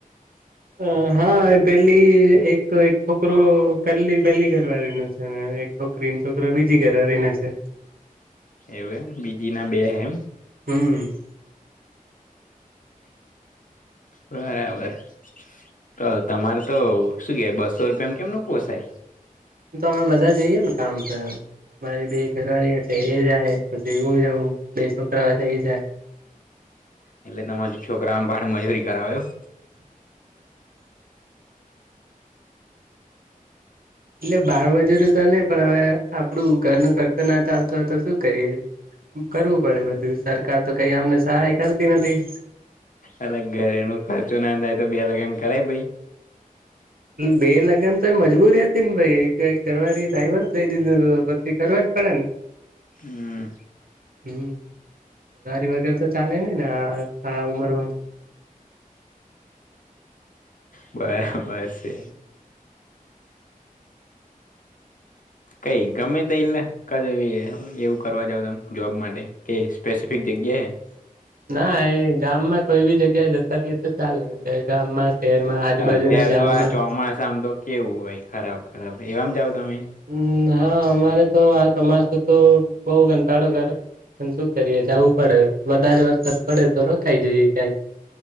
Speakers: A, on the right; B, on the left.
A: અ હા. એ પેલી એક એક છોકરો પહેલી પહેલી ઘરવાળી છે ને એક છોક ક્રીમ છોક્ર બીજી ઘેરરીને છે.
B: એવું એમ. બીજી ના બે એમ?
A: હમ!
B: બરાબર તો તમારે તો શું કેય બસો રૂપિયામા કેમનું પોસાય?
A: તો અમે બધા જઈએ ને કામ પર મારી બે ઘરવાળી એ જાય પછી એવું જઉં બે છોકરા છે એ જાય
B: એટલે તમારા છોકરાને બાળ મજૂરી કરાવો એમ
A: એટલે બાળમજૂરી તો નય પણ હવે આપડું ઘર ન ખર્ચો ના ચાલતો હોય તો શું કરીએ? કરવું પડે બધું સરકાર તો કઈ અમને સહાય કરતી નથી.
B: અલ ઘરે ન ખર્ચો નાથાય તો બે લગન કરાય ભાઈ
A: બે લગ્ન તો એ મજબૂરી હતી ને ભાઈ એક ઘરવાળી ડ્રાઈવર દઈ દીધું પછી કરવા જ પડે ને
B: હમ
A: હમ ગાડી વગર તો ચાલે નય ને આ ઉમરમાં તો
B: બરાબર છે. કઈ ગમે તય ઈલા કદ એવું કરવા દાવ તમે જોબ માટે કે સ્પેસિફિક જગ્યા એ
A: ના એ ગામમાં કોઈ બી જગ્યા જતા રયે તો ચાલે એટલે ગામમાં શહેરમાં આજુબાજુના
B: હ અત્યાર
A: ગામમાં
B: તો આ ચોમાસામ તો કેવું હોય ખરાબ ખરાબ એવામા જાવ તમે?
A: હમ હા અમારે તો આ ચોમાસું તો બઉ ઘંટાડો કરે પણ શું કરીએ જવું પડે વધારે વરસાદ પડે તો રોકાય જઈએ ક્યાંક.